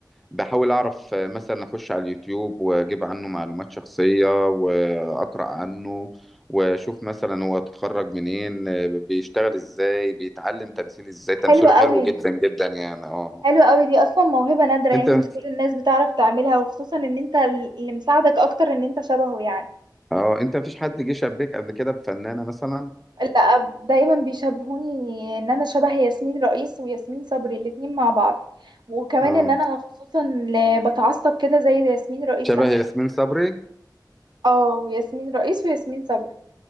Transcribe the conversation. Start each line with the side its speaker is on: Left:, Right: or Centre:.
Centre: بحاول اعرف آه، مثلا اخش على اليوتيوب واجيب عنه معلومات شخصية واقرأ عنه واشوف مثلا هو اتخرج منين آه، بيشتغل ازاي بيتعلم تمثيل ازاي تمثيله
Right: حلو
Centre: حلو
Right: قوي
Centre: جدا جدا يعني اه
Right: حلو قوي دي اصلا موهبة نادرة
Centre: انت
Right: يعني مش كل الناس بتعرف تعملها وخصوصا ان انت اللي مساعدك اكتر ان انت شبهه يعني
Centre: اه انت مفيش حد جه شبيك قبل كده بفنانة مثلا
Right: لا دايما بيشبهوني ان انا شبه ياسمين رئيس وياسمين صبري الاتنين مع بعض وكمان
Centre: اه
Right: ان انا خصوصا ل- بتعصب كده زي ياسمين رئيس
Centre: شبه
Right: لما
Centre: ياسمين
Right: كان
Centre: صبري
Right: اه ياسمين رئيس وياسمين صبري